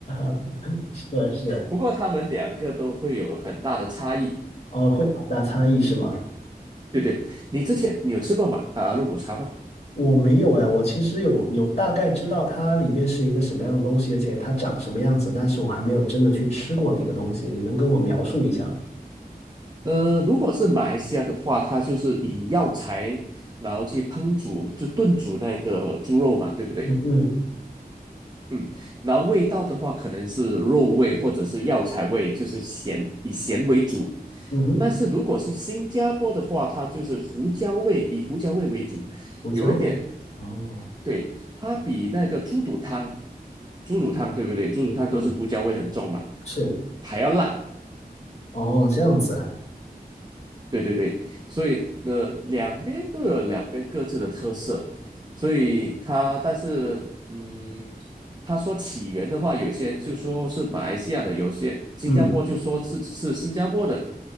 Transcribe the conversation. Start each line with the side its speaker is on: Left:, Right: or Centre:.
Left: <laughs> 是的是的，
Right: <laughs> 不过他们两个都会有很大的差异。
Left: 哦，会有很大差异是吗？
Right: 对对，你之前你有吃过马啊、肉骨茶吗？
Left: 我没有哎，我其实有有大概知道它里面是一个什么样的东西，而且它长什么样子，但是我还没有真的去吃过那个东西，你能跟我描述一下吗？
Right: 呃，如果是马来西亚的话，它就是以药材然后去烹煮，就炖煮那个猪肉嘛，对不对？
Left: 嗯嗯
Right: 嗯，然后味道的话，可能是肉味或者是药材味，就是咸，以咸为主。
Left: 嗯哼，
Right: 但是如果是新加坡的话，它就是胡椒味，以胡椒味为主，
Left: 胡椒味。
Right: 有一点，
Left: 哦，
Right: 对，它比那个猪肚汤，猪肚汤对不对？猪肚汤都是胡椒味很重嘛，
Left: 嗯，是，
Right: 还要辣。
Left: 哦，这样子，
Right: 对对对，所以的两边都有两边各自的特色，所以它但是嗯，他说起源的话，有一些人就说是马来西亚的，有些新加坡就说是是新加坡的，
Left: 嗯。